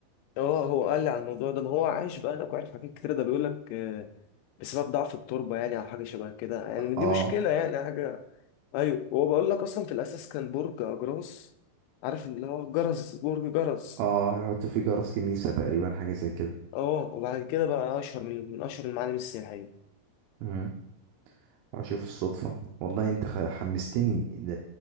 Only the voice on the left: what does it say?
آه هو قال لي على الموضوع ده ما هو عايش بقى هناك وعارف حاجات كتيرة ده بيقول لك آه، بسبب ضعف التربة يعني أو حاجة شبه كده يعني
دي مشكلة يعني حاجة أيوه هو بقول لك أصلا في الأساس كان برج أجراس عارف اللي هو جرس برج جرس
اه وبعد كده بقى أشهر من من أشهر المعالم السياحية